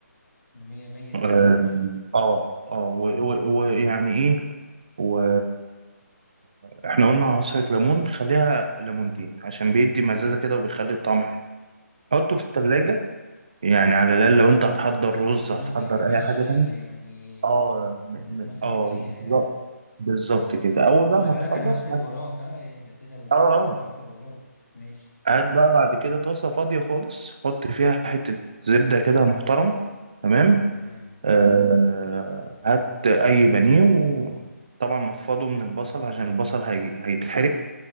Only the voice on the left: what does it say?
ده مية مية
كده ماشي
عشان
تكون
التحابيش
آه،
يعني
آه، مسكت
فيها يعني
ماشي
خلي
بالك
انا بكتب
وراك ها اهدى كده بالراحة
انا بكتب وراك ماشي
تمام